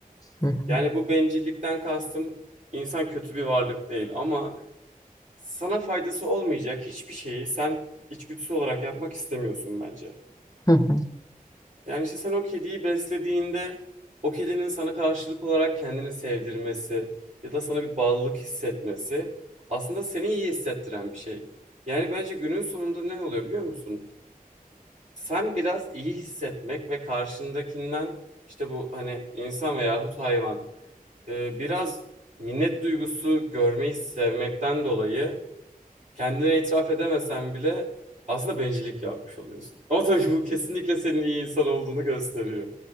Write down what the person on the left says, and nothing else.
Hı hı.
Hı hı.